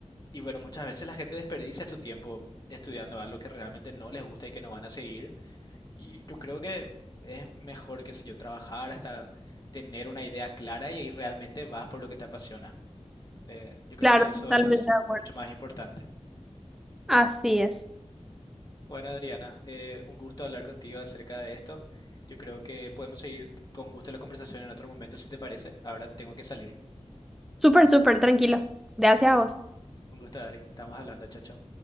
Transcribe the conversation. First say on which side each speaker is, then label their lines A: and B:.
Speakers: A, on the left; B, in the centre.
A: y bueno, muchas veces la gente desperdicia su tiempo estudiando algo que realmente no les gusta y que no van a seguir. Y yo creo que es mejor, qué sé yo, trabajar hasta tener una idea clara y ahí realmente vas por lo que te apasiona. Eh, yo creo
B: Claro,
A: que eso
B: totalmente
A: es
B: de acuerdo.
A: mucho más importante.
B: Así es.
A: Bueno, Adriana, eh, un gusto hablar contigo acerca de esto. Yo creo que podemos seguir con gusto la conversación en otro momento, si te parece. Ahora tengo que salir.
B: Súper, súper tranquilo. Gracias
A: Gracias.
B: a vos.
A: Un gusto, Adri. Estamos hablando, chao, chao.